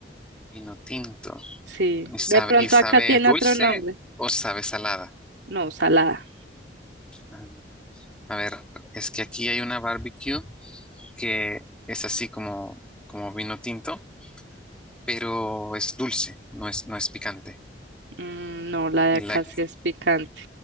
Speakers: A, in the centre; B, on the right (about 75°).
A: vino tinto.
B: Sí.
A: ¿Y sabe,
B: De pronto
A: y sabe
B: acá tiene
A: dulce
B: otro nombre.
A: o sabe salada?
B: No, salada.
A: Ah, a ver, es que aquí hay una barbecue que es así como, como vino tinto, pero es dulce, no es, no es picante.
B: Mm, no, la de
A: Y
B: acá
A: la,
B: sí es picante.